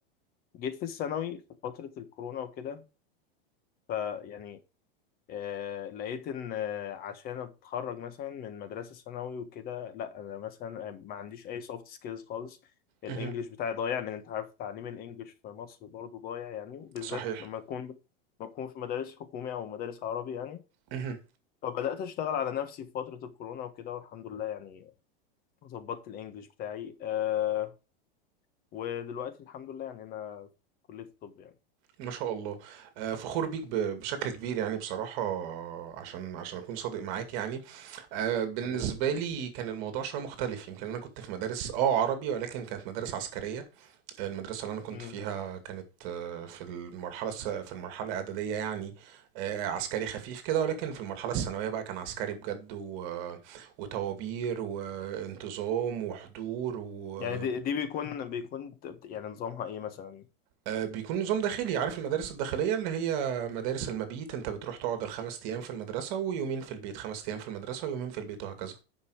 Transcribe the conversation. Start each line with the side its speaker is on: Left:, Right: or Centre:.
Left: جيت في الثانوي في فترة الكورونا وكده فيعني آه، لقيت ان آه، عشان اتخرج مثلا من مدرسه ثانوي وكده لا انا مثلا آه، ما عنديش اي سوفت سكيلز خالص الانجليش
Right: مهم.
Left: بتاعي ضايع لان انت عارف تعليم الانجليش في مصر برضو ضايع يعني وبالذات
Right: صحيح
Left: لما اكون لما اكون في مدارس حكوميه او مدارس عربي يعني
Right: مهم.
Left: فبدات اشتغل على نفسي في فتره الكورونا وكده والحمد لله يعني ظبطت الانجليش بتاعي أه ودلوقتي الحمد لله يعني انا في كليه الطب يعني
Right: ما شاء الله آه، فخور بيك ب- بشكل كبير يعني بصراحة عشان عشان أكون صادق معاك يعني آه، بالنسبة
Left: حبيبي
Right: لي كان الموضوع شوية مختلف يمكن أنا كنت في مدارس اه عربي ولكن كانت مدارس عسكرية المدرسة اللي أنا كنت
Left: مم.
Right: فيها كانت آه، في المرحلة الس... في المرحلة الإعدادية يعني آه، عسكري خفيف كده ولكن في المرحلة الثانوية بقى كان عسكري بجد و... آه، وطوابير وانتظام وحضور و...
Left: يعني دي, دي بيكون بيكون يعني نظامها ايه مثلا
Right: آه، بيكون نظام داخلي عارف المدارس الداخلية اللي هي مدارس المبيت أنت بتروح تقعد الخمس أيام في المدرسة ويومين في البيت خمس أيام في المدرسة ويومين في البيت وهكذا